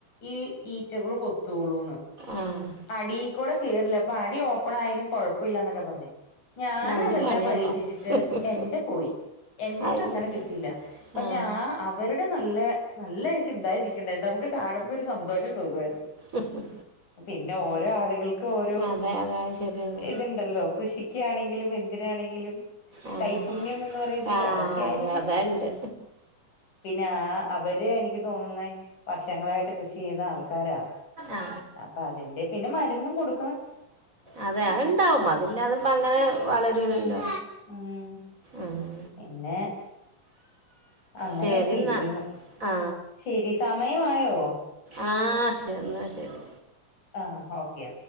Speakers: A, on the left; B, on the right.
A: ഈ ഈച്ചകള് കൊത്തോളൂന്ന്
B: ആഹ്
A: അടീകൊടെ കീറില്ല അപ്പൊ അടി ഓപ്പണായാലും കൊഴപ്പില്ലന്നൊക്കെ പറഞ്ഞ് ഞാനതെല്ലാം
B: നല്ല പണിയാണല്ലോ
A: പരീക്ഷിച്ചിട്ട് എന്റെ പോയി എൻക്ക്
B: അത്
A: അങ്ങനെ
B: ശരി
A: കിട്ടീല്ല പക്ഷെ
B: ആ
A: ആ വര്ടെ നല്ല നല്ലായിട്ട് ണ്ടായിരിക്കണ്ടായി നമക്ക്കാണുമ്പോ ഒരു സന്തോഷം തോന്നുായിരുന്നു
B: ഉം ഹ്ഹ്
A: പിന്നെ ഓരോ ആളുകൾക്ക് ഓരോ
B: അതെ അതെ അത് ശരിയാണ്
A: ഇത്ണ്ടല്ലോ കൃഷിക്കാണെങ്കിലും എതിനാണെങ്കിലും
B: ആ
A: കൈപുണ്യം എന്ന് പറയുന്നത്
B: ആ
A: അതൊക്കെ ആയിരിക്കാം
B: അതെ അതുണ്ട്
A: പിന്നെ ആ അവര് എനിക്ക് തോന്നുന്ന വർഷങ്ങളായിട്ട് കൃഷി ചെയ്ത ആൾക്കാരാ
B: ആ
A: അപ്പ അതിന്റെ പിന്നെ മരുന്നും കൊടു
B: അതെ അത്ണ്ടാവും അതില്ലാതെപ്പ അങ്ങനെ വളരൂലല്ലോ
A: ഉം ഉം
B: ആഹ്
A: പിന്നെ അങ്ങനെയൊക്കെ
B: ശരി എന്നാൽ
A: ഇരിക്കുന്നു
B: ആ
A: ശരി സമയആയോ
B: ആ ശ ന്നാശരി
A: ആ ഓക്കെ